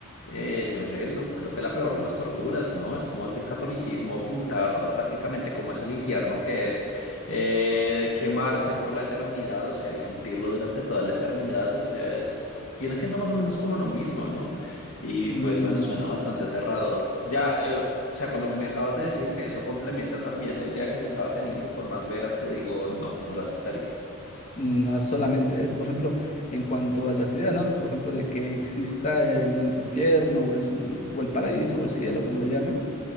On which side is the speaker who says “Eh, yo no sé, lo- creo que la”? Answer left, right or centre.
Left